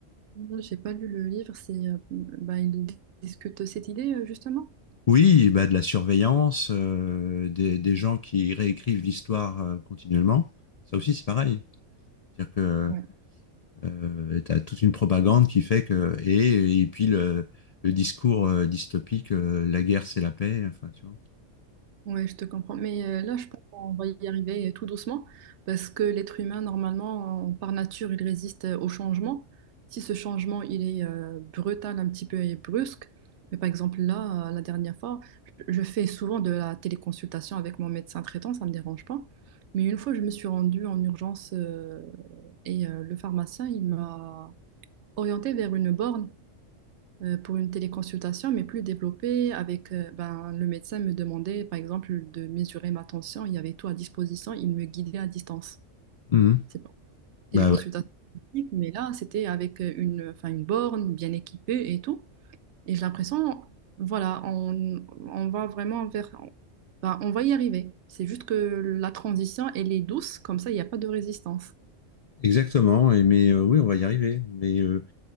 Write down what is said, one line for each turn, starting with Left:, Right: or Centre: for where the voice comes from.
Right: moi, j'ai pas lu le livre, c'est, euh, bah, il discute cette idée euh, justement.
Left: Oui, bah de la surveillance, euh, des, des gens qui réécrivent l'histoire euh, continuellement. Ça aussi, c'est pareil. C'est-à-dire que
Right: Ouais.
Left: euh, tu as toute une propagande qui fait que... Et, et puis le, le discours euh, dystopique, euh, la guerre, c'est la paix. Enfin, tu vois.
Right: Ouais, je te comprends. Mais euh, là, je pense qu'on va y arriver euh, tout doucement parce que l'être humain, normalement, en- par nature, il résiste euh, au changement. Si ce changement, il est euh, brutal un petit peu et brusque, mais par exemple, là, euh, la dernière fois, je je fais souvent de la téléconsultation avec mon médecin traitant, ça ne me dérange pas. Mais une fois, je me suis rendue en urgence euh, et euh, le pharmacien, il m'a orientée vers une borne euh, pour une téléconsultation, mais plus développée, avec euh, ben, le médecin me demandait, par exemple, de mesurer ma tension, il y avait tout à disposition, il me guidait à distance.
Left: Mhm.
Right: C'est pas une
Left: Bah
Right: téléconsultation
Left: ouais,
Right: physique, mais là, c'était avec euh, une, enfin, une borne bien équipée et tout. Et j'ai l'impression, voilà, on, on va vraiment vers... ben, on va y arriver. C'est juste que la transition, elle est douce, comme ça, il n'y a pas de résistance.
Left: exactement. Et mais euh, oui, on va y arriver. Mais euh,